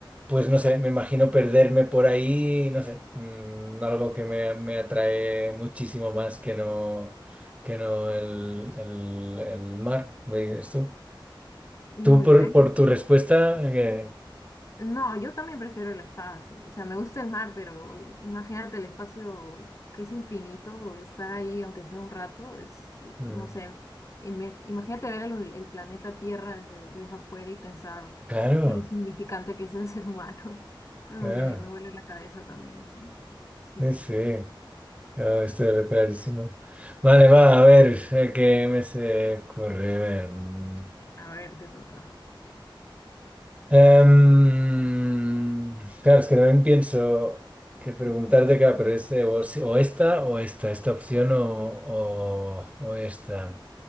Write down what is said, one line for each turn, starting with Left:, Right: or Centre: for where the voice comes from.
Right: pues no sé, me imagino perderme por ahí, no sé, mm, algo que me, me atrae muchísimo más que no, que no el, el, el mar, ¿ves tú?
Left: Muy
Right: Tú por,
Left: bien.
Right: por tu respuesta, que,
Left: No, yo también prefiero el espacio. O sea, me gusta el mar, pero imagínate el espacio que es infinito, estar ahí aunque sea un rato, es,
Right: mm,
Left: no sé, ime- imagínate ver el, el planeta Tierra desde, desde afuera y pensar
Right: claro,
Left: lo insignificante que es el ser humano. <laughs> Me,
Right: claro,
Left: me vuelve la cabeza también eso. Sí.
Right: sí. sí. Ah, estoy clarísimo. Vale, va, a ver, eh, ¿qué me se ocurre? A ver, mm,
Left: A ver, te toca.
Right: em, claro, es que también pienso que preguntarte, claro, pero es eh, o, si- o esta o esta, esta opción o, o- o esta.